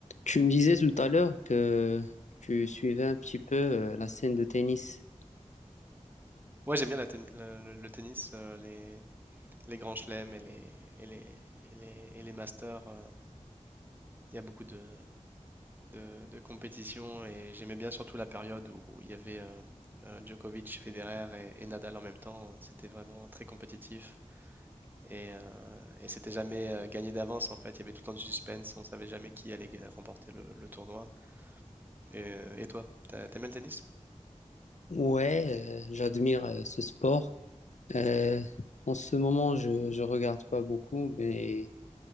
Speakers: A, on the left (about 70°); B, on the right (about 15°).
A: Tu me disais tout à l'heure que tu suivais un petit peu euh, la scène de tennis.
B: Ouais, j'aime bien la ten- le, le le tennis, euh, les, les grands chelems et les, et les, et les, et les masters. euh, Il y a beaucoup de, de, de compétitions et j'aimais bien surtout la période où, où il y avait euh, euh, Djokovic, Federer et, et Nadal en même temps. C'était vraiment très compétitif et, euh, et c'était jamais euh, gagné d'avance en fait. Il y avait tout le temps du suspense, on savait jamais qui allait ga- remporter le, le tournoi. Et, euh, et toi, t'a- t'aimes bien le tennis?
A: Ouais, euh, j'admire euh, ce sport. Euh, en ce moment, je je regarde pas beaucoup, mais